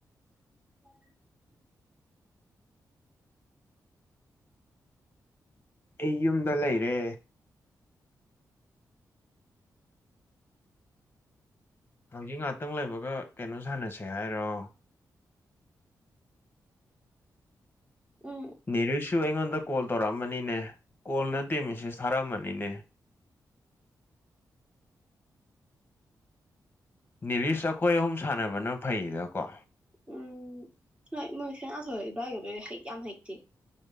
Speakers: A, on the right; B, on the left.
A: <unintelligible>
B: ꯑꯩ ꯌꯨꯝꯗ ꯂꯩꯔꯦ ꯍꯧꯖꯤꯛ ꯉꯍꯥꯛꯇꯪ ꯂꯩꯕꯒ ꯀꯩꯅꯣ ꯁꯥꯟꯅꯁꯦ ꯍꯥꯏꯔꯣ
A: ꯎꯝ
B: ꯅꯦꯔꯤꯁꯁꯨ ꯑꯩꯉꯣꯟꯗ ꯀꯣꯜ ꯇꯧꯔꯛꯑꯃꯅꯤꯅꯦ ꯀꯣꯜ ꯅꯠꯇꯦ ꯃꯦꯁꯦꯁ ꯊꯥꯔꯛꯑꯃꯅꯤꯅꯦ ꯅꯤꯂꯤꯁ ꯑꯩꯈꯣꯏ ꯑꯍꯨꯝ ꯁꯥꯟꯅꯕꯅ ꯐꯩꯌꯦꯗ ꯀꯣ
A: ꯎꯝ ꯍꯣꯏ ꯃꯣꯏ ꯁꯅꯥꯊꯣꯏ ꯍꯣꯏ ꯏꯕꯥꯏꯒꯗꯣ ꯍꯩꯗꯤ ꯌꯥꯝ ꯍꯩꯇꯦ